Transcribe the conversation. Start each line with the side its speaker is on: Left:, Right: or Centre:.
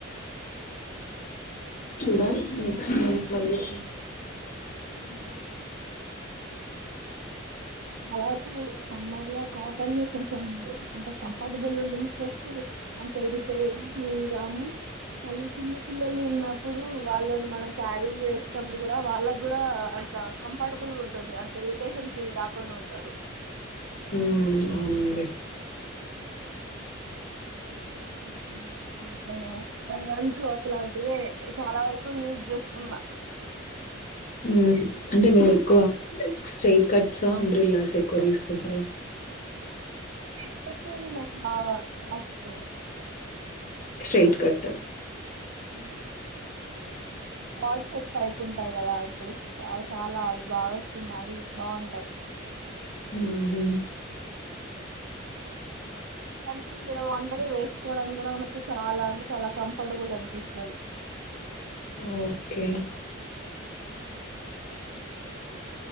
Left: చూడాలి ఇగ <unintelligible> నెక్స్ట్ మంత్ మళ్ళీ
Right: మ్మ్ అలారకు సమ్మర్ లో కాటన్ కొంచెం అంటే కంఫర్టబుల్గా ఉంటుంది ప్లస్ అంత ఇరిటే ఫీల్గాము మళ్ళీ చిన్న పిల్లోలు ఉన్నప్పుడు వాళ్ళని మనం క్యారీ చేసేప్పుడు కూడా వాళ్ళ కూడా అంత కంఫర్టబుల్ గా ఉంటుంది అంత ఇరిటేషన్ ఫీల్ కా కాకుండా ఉంటారు
Left: మ్మ్ అవునండి
Right: మ్మ్ హలో బయంటు ఈ లాంటివే ఇ చాలా వరకు యూజ్ చేసుకున్నా
Left: మ్మ్ అంటే మేము ఎక్కువ లేదు స్ట్రైట్ కట్స అబ్రిల్లాస్ ఎక్కువ తీసుకుంటార
Right: స్ట్రైట్ కట్ తెలీదు నాకు బాగా అంతే
Left: స్ట్రైట్ కట్
Right: మ్మ్ వాట్సప్ టైప్ ఉంటాయి కదా ఇప్పుడు చ చాలా అవి బాగా వస్తున్నా అవి బాగుంటాయి
Left: హ్మ్ హు
Right: దానికి ఇగ ఒంటరి వేసుకోవడానికి కూడా మనకు చాలా అంటే చాలా కంఫర్టబుల్ అనిపిస్తది
Left: ఓకే
Right: మ్మ్